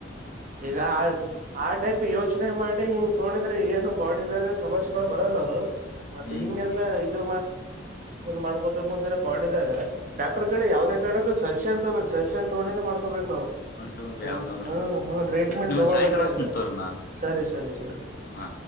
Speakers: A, on the right (about 45°); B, on the left (about 50°).
A: ಈಗ ಆ ಟೈಪ್ ಯೋಚನೆ ಮಾಡಿ ಹಿಂಗ್ ತೋೊಂಡಿದ್ರೆ ಏನು ಬಾಡಿದಾಗ ಸಮಸ್ಯೆಗಳು ಬರಲ್ಲ ದು ಮತ್ತೆ
B: ಹ್ಮ್
A: ಹಿಂಗೆಲ್ಲ ಇದು ಮಾಡ್ಕೊತು ಅಂತರ ಬಾಡಿದಾಗ ಡಾಕ್ಟರ್ ಕಡೆ ಯಾವ್ದದ
B: ಹ್ಮ್
A: ಕಾರ ಕಕ್ಕ ಸಜಷನ್ ತಗಬೇಕು ಸಜಷನ್ ತಗೊಂಡಿನೇ ಮಾಡ್ಕಬೇಕ ನಾವು
B: ಮಾಡ್ಕಬೇಕ್ರಿ
A: ಹ
B: ಯಾವ್ದಾದ್ರನು
A: ಹ್ಮ್ ಹ್ಮ ಟ್ರೀಟ್ಮೆಂಟ್
B: ನೀವು
A: ತೊಳ್ಬೇಕ್ರ
B: ಸಾಯಂಕಾಲ ಹಚ್ತಿನ್ ತೋರಿ ನಾ
A: ಸರಿ ಸರಿ ಸರಿ
B: ಹಾ